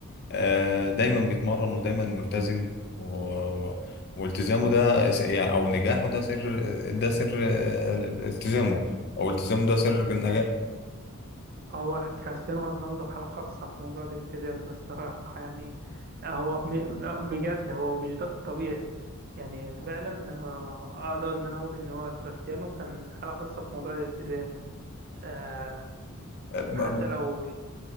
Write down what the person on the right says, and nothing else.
هو هو كريستيانو رونالدو حالة خاصة في موضوع الالتزام ده الصراحة يعني هو م- بجد هو مش ده الطبيعي يعني فعلا هو- أقدر إن أنا أقول إن هو كريستيانو كان حالة خاصة في موضوع الالتزام آه
حتى لو